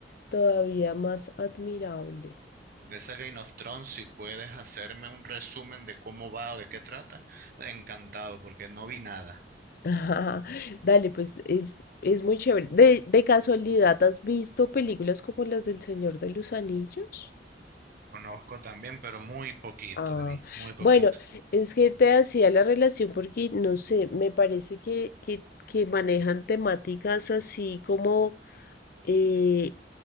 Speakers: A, on the left (about 55°); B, on the right (about 55°).
A: todavía más admirable.
B: Ese Game of Thrones, si puedes hacerme un resumen de cómo va o de qué trata, encantado, porque no vi nada.
A: <laughs> Ajá. Dale, pues es, es muy chévere. De, de casualidad, ¿has visto películas como las del Señor de los Anillos?
B: Conozco también, pero muy poquito
A: Ah,
B: de mí, muy poquito.
A: bueno, es que te hacía la relación porque, no sé, me parece que, que, que manejan temáticas así como, eh,